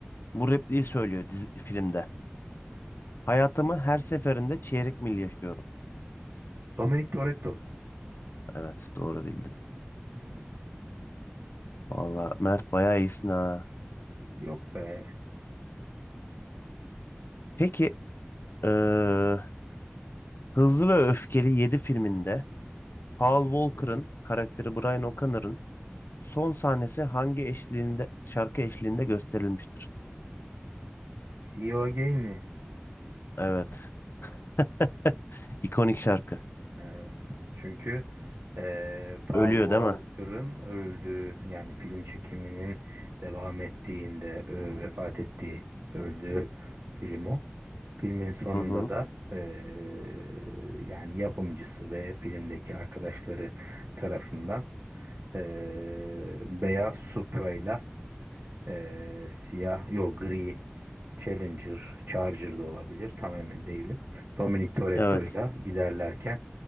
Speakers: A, on the left; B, on the right.
A: Bu repliği söylüyor dizi, filmde. Hayatımı her seferinde çeyrek mil yaşıyorum.
B: Dominic Toretto.
A: Evet doğru bildin.
B: Hmm,
A: Valla Mert bayağı iyisin ha.
B: Yok be.
A: Peki eee, Hızlı ve Öfkeli 7 filminde Paul Walker'ın karakteri Brian O'Connor'ın son sahnesi hangi eşliğinde şarkı eşliğinde gösterilmiştir?
B: C CEO Again mi?
A: Evet. <laughs> İkonik şarkı.
B: Evet. Çünkü eee Paul
A: Ölüyor
B: Walker'ın
A: değil mi?
B: öldüğü yani film çekiminin devam ettiğinde e, vefat ettiği öldüğü film o. Filmin sonunda
A: Hı hı.
B: da eee, yani yapımcısı ve filmdeki arkadaşları tarafından eee Beyaz Supra'yla ee, siyah, yok gri Challenger, Charger da olabilir. Tam emin değilim. Dominic Toretto'yla
A: Evet.
B: giderlerken